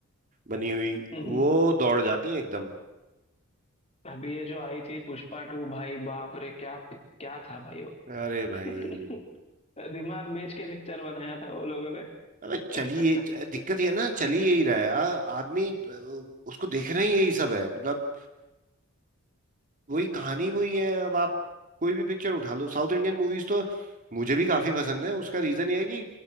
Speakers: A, on the right; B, on the left.
A: बनी हुई
B: हम्म हम्म।
A: वो दौड़ जाती है एकदम
B: अभी ये जो आई थी पुष्पा टू भाई बाप रे क्या क्या था भाई <laughs>
A: अरे भाई
B: दिमाग बेच के पिक्चर बनाया था वो लोगों ने <laughs>
A: अबे चलिए
B: हम्म
A: च- दिक्कत ये है ना चलिए यही रहा है आ- आदमी अ, उसको देख रहे ही यही सब है मतलब वही कहानी वही है अब आप कोई भी पिक्चर उठा लो साउथ इंडियन मूवीज तो मुझे भी काफी पसंद है उसका रीजन ये है कि